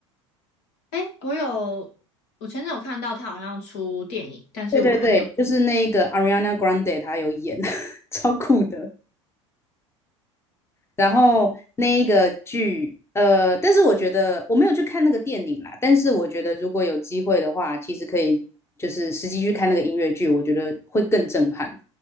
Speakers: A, on the left (about 65°); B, on the left (about 15°).
A: 哎，我有，我前阵有看到他好像出电影，但是我还没有。
B: 对对对，就是那个 Ariana Grande，她有演，<laughs> 超酷的。然后那一个剧，呃，但是我觉得我没有去看那个电影啦，但是我觉得如果有机会的话，其实可以就是实际去看那个音乐剧，我觉得会更震撼。